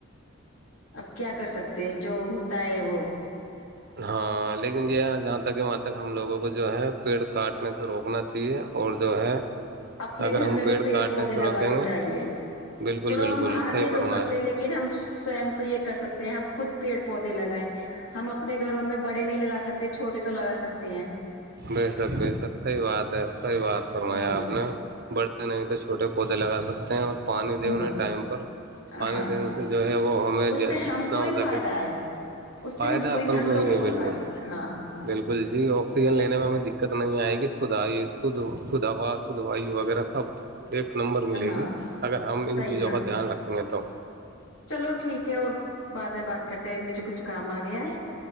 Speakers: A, on the left; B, on the right.
A: اب کیا کر سکتے ہیں جو ہوتا ہے وہ
B: ہاں لیکن یہ جہاں تک ہے وہاں تک ہم لوگوں کو جو ہے پیڑ کاٹنے سے روکنا چاہیے اور جو ہے
A: اپنے
B: اگر
A: گھر
B: ہم
A: میں بھی پیڑ
B: کاٹنے
A: پودے
B: سے
A: لگانے
B: روکیں گے
A: چاہیے
B: بالکل
A: چلو
B: بالکل
A: ہم باہر
B: صحیح
A: نہیں رو
B: فرمایا
A: سکتے لیکن ہم سوم تو یہ کر سکتے تو آپ <unintelligible> خود پیڑ پودے لگائے <unintelligible> ہم اپنے گھروں میں بڑے نہیں لگا سکتے چھوٹے تو لگا سکتے ہیں
B: بہتر بہتر صحیح بات ہے صحیح ی بات فرمایا
A: ہ
B: آپ نے بڑے نہیں تو چھوٹے پودے لگا سکتے ہیں اور پانی دے
A: ہ
B: انیں ٹائم پر
A: ہاں
B: پانی دینے
A: ہاں
B: سے جو ہے وہ ہمیں
A: اس
B: جتنا
A: سے ہم کو
B: ہو
A: ہی
B: سکے
A: فائدہ ہے اس
B: فائدہ
A: سے ہم
B: اپن
A: ہم
B: کو
A: لوگوں
B: ہی ہے بالکل
A: فائدہ ہے ہاں ہاں
B: بالکل
A: ہ
B: جی ا <unintelligible> میں ہمیں دقت نہیں آئے گی س سدائی سدھاوا سدوائی وغیرہ سب ایک نمبر ملے
A: ہاں
B: گی اگر ہم ان
A: صحیح
B: چیزوں
A: کہا
B: کا دھیان رکھیں گے تو
A: چلو ٹھیک ہے اور بعد میں بات کرتے ہیں اب مجھے کچھ کام آ گیا ہے